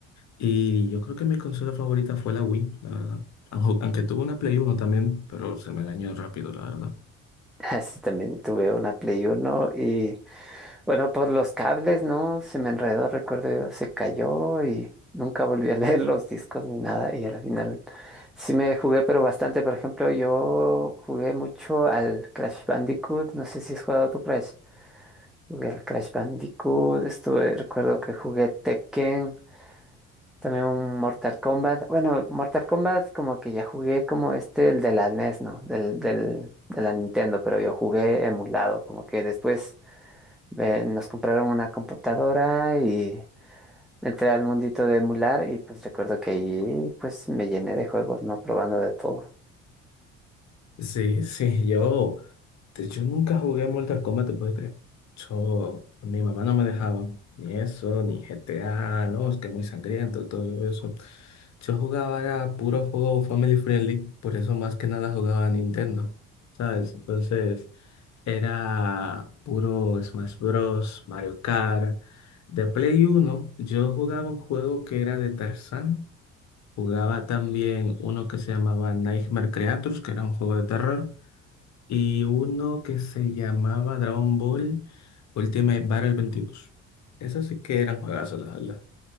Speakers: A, on the left; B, in the centre.
A: Y yo creo que mi consola favorita fue la Wii, la verdad. Anjo- Aunque tuve una Play Uno también, pero se me dañó rápido, la verdad.
B: <laughs> Sí, también tuve una Play uno y bueno, por los cables, ¿no? Se me enredó, recuerdo yo, se cayó y nunca volví a <laughs> leer los discos ni nada y al final sí me jugué, pero bastante. Por ejemplo, yo jugué mucho al Crash Bandicoot, no sé si has jugado tu Crash. Jugué al Crash Bandicoot, estuve, recuerdo que jugué Tekken, también un Mortal Kombat. Bueno, Mortal Kombat como que ya jugué como este, el de la NES, ¿no? Del, del, de la Nintendo, pero yo jugué emulado. Como que después eh, nos compraron una computadora y entré al mundito de emular y pues recuerdo que ahí pues me llené de juegos, ¿no? Probando de todo.
A: Sí, sí, yo, de- yo nunca jugué Mortal Kombat, te puedes creer. Yo, mi mamá no me dejaba, ni eso, ni GTA, no, es que muy sangriento, todo eso. Yo jugaba, era puro juego family friendly, por eso más que nada jugaba a Nintendo, ¿sabes? Entonces, era puro Smash Bros, Mario Kart. De Play Uno, yo jugaba un juego que era de Tarzán. Jugaba también uno que se llamaba Nightmare Creatures, que era un juego de terror y uno que se llamaba Dragon Ball Ultimate Battle 22. Esos sí que eran juegazos, la verdad.